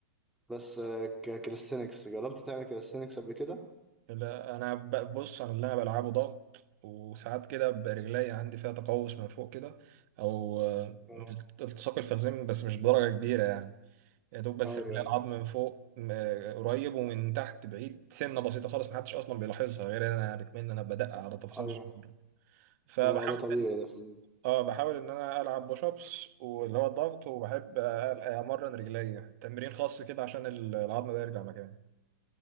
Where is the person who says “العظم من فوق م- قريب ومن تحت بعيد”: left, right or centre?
Right